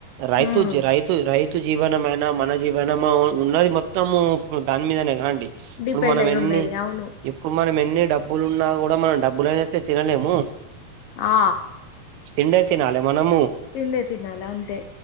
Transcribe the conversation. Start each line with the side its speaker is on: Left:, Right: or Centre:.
Right: రైతు
Left: ఉమ్
Right: జే రైతు రైతు స్తు జీవనమైనా మన జీవనము ఉన్నది మొత్తము దాని మీదనే కద అండి ఇప్పుడు
Left: డిపెండ్
Right: మనం
Left: అయి
Right: ఎన్ని
Left: ఉన్నది అవును
Right: ఇప్పుడు మనం ఎన్ని డబ్బులున్నా కూడా మనం డబ్బులు అయితే తినలేము
Left: ఆ
Right: తిండే తినాలే మనము
Left: తిండే తినాల అంతే